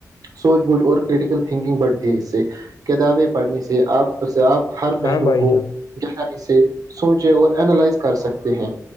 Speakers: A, on the right; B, on the left.
A: سوچھ بوجھ اور کریٹیکل تھنکنگ بڑھتی ہے اس سے کتابیں پڑھنے سے آپ اس سے آپ ہر پہلو
B: ہاں بھائی
A: کو
B: جان
A: گہرائی سوچے اور اینالائز کر سکتے ہیں